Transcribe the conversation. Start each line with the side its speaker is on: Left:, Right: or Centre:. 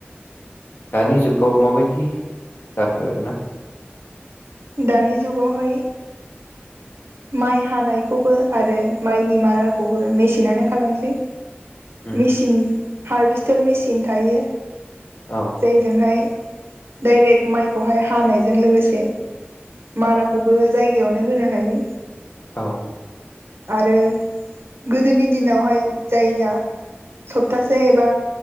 Left: दानि जुगाव माबायदि जाखो आरोना
Right: दानि जुगावहाय माइ हानायखौबो आरो माइनि माराखौबो मेसिनानो खालामसै
Left: उम
Right: मेसिन हारभेस्टार मेसिन थायो।
Left: औ
Right: जायजोंहाय डायरेक्ट माइखौहाय हानायजों लोगोसे माराखौबो जायगायावनो होनो हायो।
Left: औ
Right: आरो गोदोनि दिनावहाय जायआ सप्तासे एबा